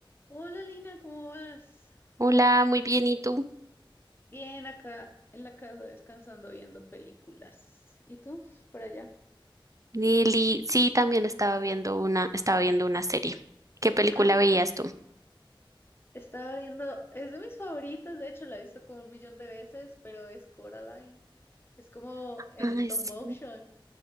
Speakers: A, on the left; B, on the right.
A: Hola Lina, ¿cómo vas?
B: Hola, muy bien, ¿y tú?
A: Bien, acá en la casa descansando viendo películas. ¿Y tú? Por allá.
B: Lili, sí, también estaba viendo una, estaba viendo una serie. ¿Qué película
A: Ah,
B: veías tú?
A: estaba viendo, es de mis favoritas, de hecho la he visto como un millón de veces, pero es Coraline. Es como en
B: Ay,
A: stop
B: sí.
A: motion.